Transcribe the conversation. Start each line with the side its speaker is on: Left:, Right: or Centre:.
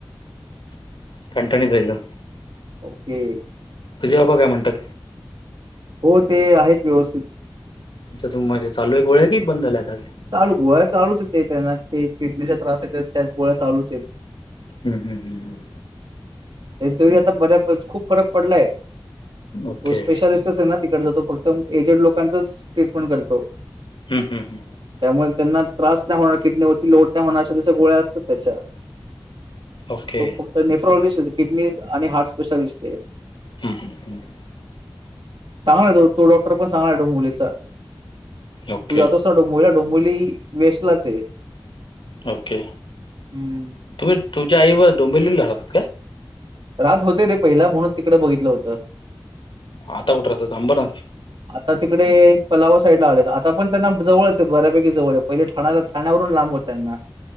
Left: ठणठणीत एकदम.
Right: ओके
Left: तुझे बाबा काय म्हणतात?
Right: हो ते आहेत व्यवस्थित.
Left: त्याच्यातून माझ्या चालूये गोळ्या की बंद झाल्या? काय
Right: चालू गोळ्या चालूच य त्यांना ते किडनीचा त्रास येत त्या गोळ्या चालूच आहेत.
Left: हम्म हम् हम्म हम्
Right: त्याचा तरी आता बर्‍यापैकी खूप फरक पडलाय तो
Left: ओके
Right: स्पेशलिस्टच आहे ना ती तिकडे जातो फक्त आणि एजड लोकांचाच ट्रीटमेंट करतो.
Left: हम्म हम्म हम्
Right: त्या मुळे त्यांना त्रास नाही होणार किडनी वरती लोड नाही होणार अशा गोळ्या असतात त्याच्या.
Left: ओके
Right: तो
Left: हम्म
Right: फक्त नेफ्रॉलॉजिस्ट किडनी आणि हार्ट स्पेशालिस्ट आहे.
Left: हम्म हम् ह्
Right: चांगला आहे द तो डॉक्टर पण चांगला आहे डोंबिवलीचा.
Left: ओके
Right: तू जातोस ना डोंबोलीला डोंबिवली वेस्टलाच आहे.
Left: ओके,
Right: हम्म.
Left: तुम्ही तुमच्या आई बरोबर डोंबिलीला राहतात का?
Right: राहात होते रे पहिला म्हणून तिकड बघितलं होतं.
Left: आता कुठ राहतात अंबरनाथ?
Right: आता तिकडे पलावा साईड ला आले आता पण त्यांना जवळच बऱ्यापैकी जवळ आहे पहिले ठाण्या ठाण्यावरून लांब होताना